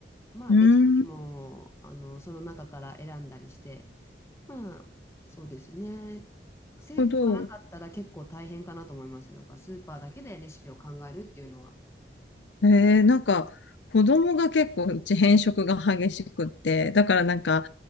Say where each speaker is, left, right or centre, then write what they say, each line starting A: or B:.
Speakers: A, on the left (about 15°); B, on the left (about 85°).
A: まあ、
B: うんなる
A: レシピも、あの、その中から選んだりして、まあ、そうですね。生協がなかったら結構大変かなと思います。
B: ほど。
A: なんか、スーパーだけでレシピを考えるっていうのは。
B: えー、なんか、子供が結構うち偏食が激しくって、だからなんか、